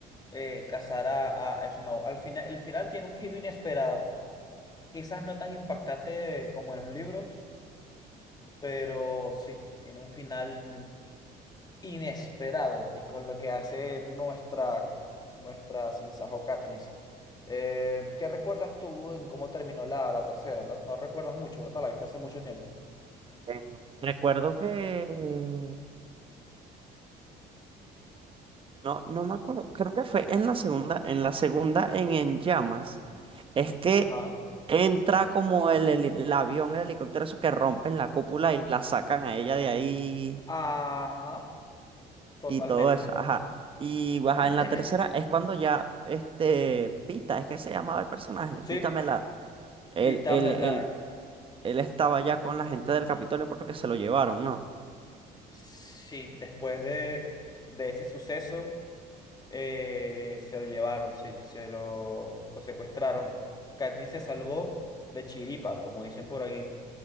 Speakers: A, on the left; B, on the right.
A: eh, cazar a, a Snow. Al final, el final tiene un giro inesperado Quizás no tan impactante como en los libros, pero sí, tiene un final inesperado eh, con lo que hace nuestra, nuestra Sinsajo Katniss. Eh, ¿qué recuerdas tú en cómo terminó la, la tercera? No, no recuerdas mucho, ¿verdad? La viste hace mucho tiempo.
B: Eh, Recuerdo que no, no me acuerdo, creo que fue en la segunda, en la segunda en En Llamas, es que
A: Ajá.
B: entra como el, heli- el avión, el helicóptero, eso que rompen la cúpula y la sacan a ella de ahí
A: Ajá, totalmente.
B: y todo eso, ajá. Y pues,
A: <clears throat>
B: ajá, en la tercera es cuando ya este Pita, es que se llamaba el personaje,
A: Sí,
B: Pita Melá, él,
A: Pita
B: él,
A: Mellar.
B: él, él estaba ya con la gente del Capitolio porque se lo llevaron, ¿no?
A: Sí, después de, de ese suceso. eh, se lo llevaron, sí, se lo, lo secuestraron. Katniss se salvó de chiripa, como dicen por aquí,